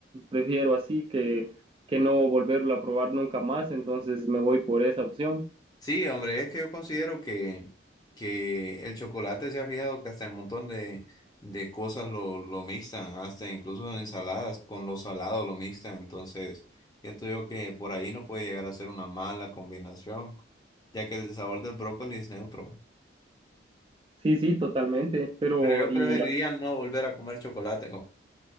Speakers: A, on the right; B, on the left.
A: prefiero así que, que no volverlo a probar nunca más, entonces me voy por esa opción.
B: Sí, hombre, es que yo considero que, que el chocolate se ha fijado que hasta un montón de, de cosas lo, lo mixtan, hasta incluso en ensaladas con lo salado lo mixtan, entonces siento yo que por ahí no puede llegar a ser una mala combinación, ya que el sabor del brócoli es neutro.
A: Sí, sí, totalmente, pero
B: Pero yo
A: y
B: preferiría no volver a comer chocolate, compa.